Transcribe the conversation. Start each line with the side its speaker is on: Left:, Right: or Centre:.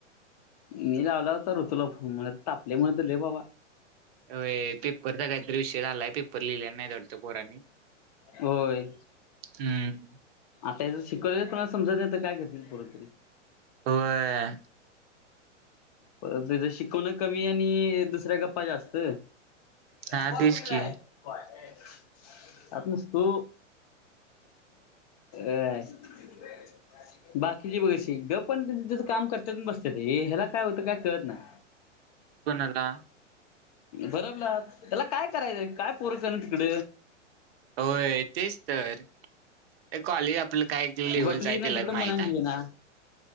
Left: मी लावला होता ऋतूला फोन तापल्या मुळ तर लय बाबा.
Right: वय पेपर चा काय तर विषय झालाय पेपर लिहिले नायत वाटत पोरानी.
Left: होय.
Right: हम्म
Left: आता याच शिकवलेल कोणाला समजत नाही तर काय करतील पोरं तरी.
Right: व्हय.
Left: पर त्याचं शिकवण कमी आणि दुसऱ्या गप्पा जास्त. पप्पा
Right: हा तेच
Left: कुठेत?
Right: की
Left: बाहेर आत नसतो. अ बाकीची बघ अशी गपणं तेनी तेज काम करत्याती आण बसत्याती. हे हेला काय होतं काय कळत नाय.
Right: कोणाला
Left: परबला त्याला काय करायचंय काय पोरीकण तिकड?
Right: होय तेच तर कॉलेज आपलं काय ते लेवलच
Left: बघली
Right: आहे
Left: ना
Right: त्यालाच
Left: तिकडं
Right: माहित
Left: मनानं
Right: आह.
Left: दिली ना